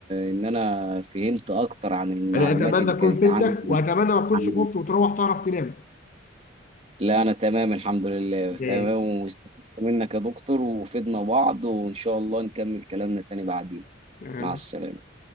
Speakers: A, on the right; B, on the left.
A: ان انا فهمت اكتر عن المعلومات
B: انا اتمنى
A: اللي
B: اكون
A: كانت
B: فدتك
A: عندي
B: واتمنى ما اكونش
A: عن
B: خفت وتروح تعرف تنام
A: لا انا تمام الحمد لله تمام
B: ماشي
A: واستفدت منك يا دكتور وفدنا بعض وان شاء الله نكمل كلامنا تاني بعدين
B: تمام
A: مع السلامه